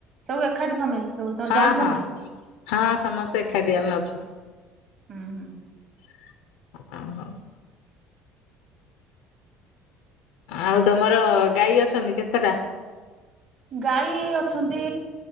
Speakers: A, on the right; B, on the left.
A: ସବୁ ଏକାଠି ଫାମିଲି ସବୁ ତମେ
B: ହଁ
A: ଜଏଣ୍ଟ
B: ହଁ।
A: ଫ୍ୟାମିଲି?
B: ହଁ ସମସ୍ତେ ଏକାଠି ଆମେ ଅଛୁ।
A: ହୁଁ ହୁଁ।
B: <unintelligible> ଆଉ ତମର ଗାଈ ଅଛନ୍ତି କେତେଟା?
A: ଗାଈ ଅଛନ୍ତି